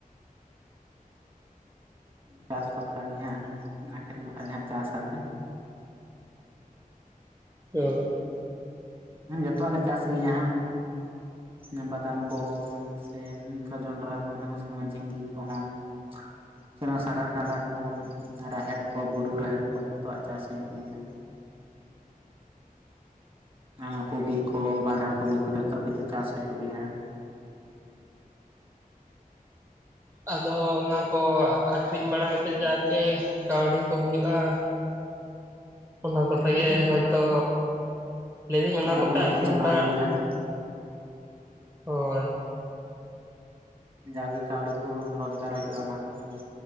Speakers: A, on the right; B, on the right.
A: ᱩᱸ ᱪᱟᱥ ᱵᱟᱠᱷᱨᱟ ᱜᱮ ᱦᱟᱸᱜ ᱚᱱᱟ ᱟᱹᱠᱷᱨᱤᱧ ᱵᱟᱠᱷᱨᱟ ᱜᱮ ᱦᱟᱸᱜ ᱪᱟᱥ ᱟᱞᱮ,
B: ᱚ,
A: ᱦᱩᱸ ᱡᱚᱛᱚᱣᱟᱜ ᱞᱮ ᱪᱟᱥ ᱜᱮᱭᱟ ᱦᱟᱸᱜ, ᱚᱱᱟ ᱵᱟᱫᱟᱢ ᱠᱚᱻᱢ᱾ ᱥᱮᱱ ᱚᱱᱠᱟ ᱡᱚᱱᱰᱨᱟ ᱠᱚᱦᱚᱸ ᱥᱮ ᱱᱚᱣᱟ ᱡᱷᱤᱸᱜᱤ ᱠᱚᱦᱚᱸ ᱥᱟᱜᱟᱲ ᱠᱟᱸᱫᱲᱟ ᱠᱩ ᱨᱟᱦᱮᱲ ᱠᱚ ᱵᱩᱨᱩ ᱨᱟᱦᱮᱲ ᱠᱚ ᱡᱚᱛᱚᱣᱟᱜ ᱪᱟᱥ ᱦᱩᱭᱩᱜ ᱜᱮᱭᱟ ᱚᱱᱟ ᱠᱚᱵᱤ ᱠᱚ ᱵᱟᱸᱫᱷᱟ ᱠᱚᱵᱤ ᱠᱚ ᱡᱚᱛᱚ ᱠᱤᱪᱷᱩ ᱪᱟᱥ ᱦᱩᱭᱩᱜ ᱜᱮᱭᱟ ᱦᱟᱸᱜ᱾
B: ᱟᱫᱚ ᱚᱱᱟ ᱠᱚ ᱟᱹᱠᱷᱨᱤᱧ ᱵᱟᱲᱟ ᱠᱟᱛᱮᱫ ᱡᱟᱜᱮ ᱠᱟᱹᱣᱰᱤ ᱠᱚ ᱦᱩᱭᱩᱜ-ᱟ᱾ ᱚᱱᱟ
A: ᱦᱩᱸ
B: ᱠᱚᱛᱮ ᱜᱮ ᱦᱳᱭᱛᱚ ᱞᱟᱹᱭ ᱫᱟᱹᱧ ᱚᱱᱟ
A: ᱚᱲᱟᱜ
B: ᱠᱚᱯᱮ
A: ᱫᱩᱣᱟᱹᱨ ᱠᱚ
B: ᱟᱹᱠᱷᱨᱤᱧ
A: ᱪᱟᱞᱟᱣ
B: ᱵᱟ
A: ᱦᱩᱭᱩᱜᱼᱟ
B: ᱦᱳᱭ
A: ᱦᱮᱸ ᱡᱟᱣᱟᱜᱮ ᱠᱟᱹᱣᱰᱤ ᱠᱚ ᱨᱚᱡᱽᱜᱟᱨ ᱦᱩᱭᱩᱜ-ᱟ᱾ ᱚᱱᱟ ᱠᱷᱚᱱᱜᱮ